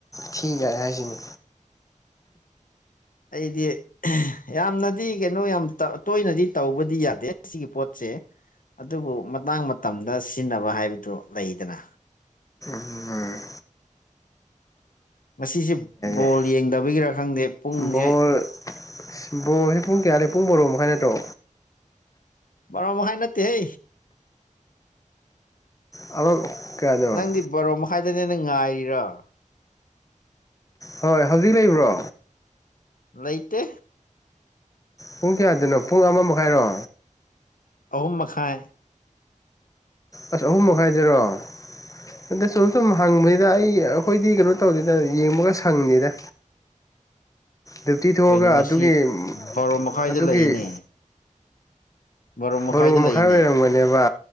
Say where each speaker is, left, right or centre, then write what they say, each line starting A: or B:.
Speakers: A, on the left (about 25°); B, on the left (about 85°).
A: ꯊꯤ ꯌꯥꯏ ꯍꯥꯏꯁꯤꯅꯤ
B: ꯑꯩꯗꯤ ꯑꯦ ꯌꯥꯝꯅꯗꯤ ꯀꯩꯅꯣ ꯌꯥꯝ ꯇꯧ ꯇꯣꯏꯅꯗꯤ ꯇꯧꯕꯗꯤ ꯌꯥꯗꯦ ꯁꯤꯒꯤ ꯄꯣꯠ ꯇꯦ ꯑꯗꯨꯕꯨ ꯃꯇꯥꯡ ꯃꯇꯝꯗ ꯁꯤꯟꯅꯕ ꯍꯥꯏꯕꯗꯨ ꯂꯩꯗꯅ
A: ꯎꯝ
B: ꯉꯁꯤꯖꯦ ꯕꯣꯜ
A: ꯌꯥꯏ
B: ꯌꯦꯡꯗꯕꯒꯤꯔ ꯈꯪꯗꯦ ꯄꯨꯡꯖꯦ
A: ꯕꯣꯜ ꯑꯁ ꯕꯣꯜꯖꯦ ꯄꯨꯡ ꯀꯌꯥ ꯂꯩ ꯄꯨꯡ ꯕꯔꫭ ꯃꯈꯥꯏ ꯑꯗꯥꯏ ꯅꯠꯇ꯭ꯔꯣ
B: ꯕꯔꫭ ꯃꯈꯥꯏ ꯅꯠꯇꯦ ꯍꯦ
A: ꯑꯃ ꯀꯌꯥꯅꯣ
B: ꯅꯪꯗꯤ ꯕꯥꯔꫭ ꯃꯈꯥꯏꯗꯅꯦ ꯅꯦ ꯉꯥꯏꯔꯤꯔꫭ
A: ꯍꯣꯏ ꯍꯧꯖꯤꯛ ꯂꯩꯕ꯭ꯔꯣ
B: ꯂꯩꯇꯦ
A: ꯄꯨꯡ ꯀꯌꯥꯗꯅꯣ ꯄꯨꯡ ꯑꯃ ꯃꯈꯥꯏꯔꯣ
B: ꯑꯍꯨꯝ ꯃꯈꯥꯏ
A: ꯑꯁ ꯑꯍꯨꯝ ꯃꯈꯥꯏꯗ꯭ꯔꯣ ꯑꯗ ꯁꯨꯝ ꯁꯨꯝ ꯍꯪꯕꯅꯤꯗ ꯑꯩ ꯑꯈꯣꯏꯗꯤ ꯀꯩꯅꯣ ꯇꯧꯗꯤꯗ ꯌꯦꯡꯕꯒ ꯁꯪꯗꯦꯗ
B: <inaudible> <unintelligible>
A: ꯗ꯭ꯌꯨꯇꯤ ꯊꯣꯛꯑꯒ
B: ꯀꯩꯅꯣ ꯉꯁꯤ
A: ꯑꯗꯨꯒꯤ
B: ꯕꯥꯔꯣ ꯃꯈꯥꯏꯗ
A: ꯑꯗꯨꯒꯤ
B: ꯂꯩꯅꯦ ꯕꯥꯔꯣ ꯃꯈꯥꯏꯗ
A: ꯕꯔꯣ
B: ꯂꯩꯅꯦ
A: ꯃꯈꯥꯏ ꯑꯣꯏꯔꯝꯒꯅꯦꯕ